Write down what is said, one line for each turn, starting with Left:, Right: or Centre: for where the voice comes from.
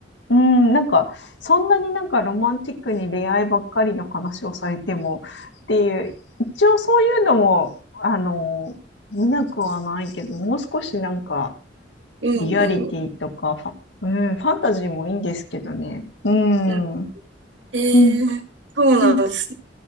Left: う。うん、なんか、そんなになんかロマンティックに恋愛ばっかりの話をされてもっていう、一応そういうのも、あの、見なくはないけど、もう少しなんか、
Right: うん。
Left: リアリティとかファ、うん、ファンタジーもいいんですけどね。うん。
Right: うんえー、
Left: うん。
Right: そうなんですね。
Left: うん。